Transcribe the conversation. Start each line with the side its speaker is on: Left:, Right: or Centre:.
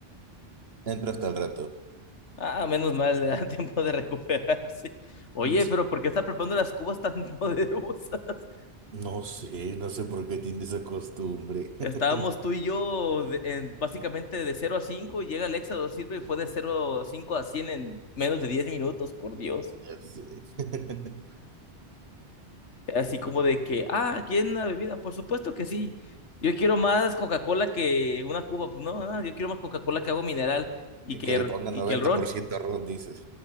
Right: Entra hasta el rato.
Left: Ah, menos mal, le da <laughs> tiempo de recuperarse. Oye,
Right: Mm, Sí.
Left: pero ¿por qué está preparando las cubas tan <laughs> poderosas?
Right: No sé, no sé por qué tiene esa costumbre.
Left: Estábamos
Right: <laughs>
Left: tú y yo de- en- básicamente de cero a 5 y llega el Éxodo, sirve y fue de cero a 5 a 100 en menos de 10 minutos, por Dios.
Right: Ya sé. <laughs>
Left: Así como de que, ah, ¿quieren una bebida? Por supuesto que sí. Yo quiero más Coca-Cola que una Cuba. Pues no, ah, yo quiero más Coca-Cola que agua mineral y que,
Right: Que
Left: r-
Right: le ponga
Left: y
Right: noventa
Left: que el ron.
Right: por ciento ron, dices.